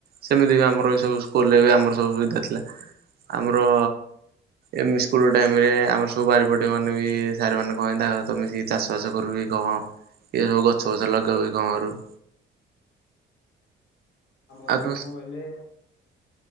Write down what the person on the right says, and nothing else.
ସେମିତି ବି ଆମର ବି ସବୁ ସ୍କୁଲରେ ବି ଆମର ସବୁ ସୁବିଧା ଥିଲା ଆମର ଏମି ସ୍କୁଲ ଟାଇମ ରେ ଆମର ସବୁ ବାରିପଟ ମାନେ ବି ସାରମାନେ କହନ୍ତି ତାଙ୍କ ସହିତ ମିଶିକି ଚାଷ ବାସ କରୁ କି କଁ ଇଏ ସବୁ ଗଛ ଫଛ ଲଗାଉି କଁ କରୁ।
ଆଉ
ତମ